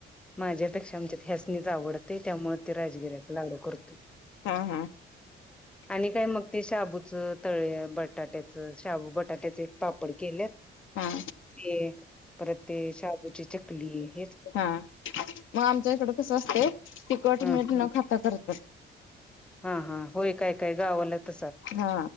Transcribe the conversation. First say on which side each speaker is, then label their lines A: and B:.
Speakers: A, in the centre; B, on the left.
A: माझ्यापेक्षा आमच्यात ह्यासणीच आवडते त्यामुळे ते राजगिऱ्याचा लाडू करतो
B: ह हां
A: आणि काय मग ते शाबूच तळे बटाट्याच शाबू बटाट्याचे एक पापड केले
B: हा
A: ते परत ते शहाबोची चकली आहे
B: हा मग आमच्या इकडं कस असते तिकट
A: ह
B: मीठ न खात करते ह
A: ह हा होय काय काय गावाला त
B: हा